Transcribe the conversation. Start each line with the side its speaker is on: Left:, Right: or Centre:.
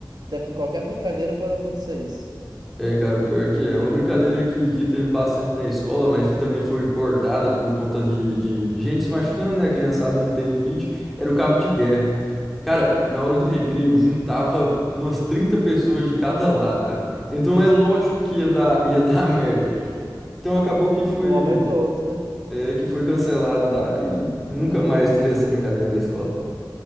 Right: Dep- Qualquer brincadeira pode acontecer isso.
Centre: É, cara, o pior que é. É Uma brincadeira que, que teve bastante na escola, mas que também foi cortada por conta de, de gente se machucando, né? A criançada não tem limite. Era o cabo de guerra. Cara, na hora
Right: Uhum.
Centre: do recreio, juntava umas 30 pessoas de cada lado, cara. Então é lógico que ia dar, ia <laughs> dar merda. Então acabou que foi,
Right: Um momento ou outro, né?
Centre: é, que foi cancelado lá e, e nunca mais teve essa brincadeira na escola.